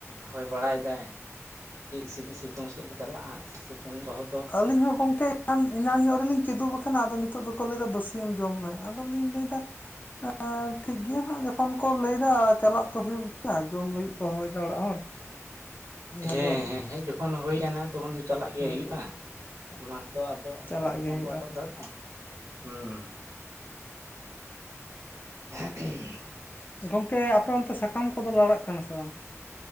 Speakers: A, on the right; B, on the left.
A: ᱦᱚᱭ ᱵᱟᱲᱟᱭ ᱫᱟᱭ᱾ ᱪᱮᱫ ᱥᱤᱛᱩᱝ ᱥᱮᱫ ᱯᱮ ᱪᱟᱞᱟᱜᱼᱟ ᱥᱤᱛᱩᱝ ᱫᱚ
B: ᱟᱞᱤᱧ ᱦᱚᱸ ᱜᱚᱝᱠᱮ ᱮᱱᱟᱱ ᱧᱚᱜ ᱨᱮᱞᱤᱧ ᱠᱤᱫᱩᱵ ᱠᱟᱱᱟ ᱟᱫᱚ ᱱᱤᱛᱚᱜ ᱫᱚᱠᱚ ᱞᱟᱹᱭᱫᱟ ᱵᱟᱹᱥᱤᱭᱟᱹᱢ ᱡᱚᱢ ᱢᱮ᱾ ᱟᱫᱚ ᱞᱤᱧ ᱞᱟᱹᱭᱫᱟ ᱦᱮᱸ ᱴᱷᱤᱠ ᱜᱮᱭᱟ ᱦᱟᱸᱜ ᱡᱚᱠᱷᱚᱱ ᱠᱚ ᱞᱟᱹᱭᱫᱟ ᱪᱟᱞᱟᱜ ᱛᱚ ᱦᱩᱭᱩᱜ ᱜᱮᱭᱟ ᱡᱚᱢ ᱞᱟᱹᱜᱤᱫ ᱠᱚ ᱦᱚᱦᱚᱭ ᱫᱟ ᱚᱲᱟᱜ ᱦᱚᱲ᱾
A: ᱦᱮᱸ
B: ᱟᱫᱚ
A: ᱦᱮᱸ ᱦᱮᱡ ᱡᱚᱠᱷᱚᱱ ᱦᱩᱭ ᱠᱟᱱᱟ ᱛᱚᱠᱷᱚᱱ ᱫᱚ ᱪᱟᱞᱟᱜ ᱜᱮ
B: ᱦᱮᱸ
A: ᱦᱩᱭᱩᱜᱼᱟ, ᱚᱱᱟ ᱛᱚ ᱟᱫᱚ
B: ᱪᱟᱞᱟᱜ
A: ᱚᱠᱚᱭ
B: ᱜᱮ
A: ᱵᱟᱝᱠᱚ
B: ᱦᱩᱭᱩᱜᱼᱟ
A: ᱟᱴᱚᱠ ᱫᱟᱲᱮᱜᱼᱟ ᱦᱩᱸ ᱾ <unintelligible>
B: ᱜᱚᱢᱠᱮ ᱟᱯᱮ ᱚᱱᱛᱮ ᱥᱟᱠᱟᱢ ᱠᱚᱫᱚ ᱞᱟᱲᱟᱜ ᱠᱟᱱᱟ ᱥᱮ ᱵᱟᱝ?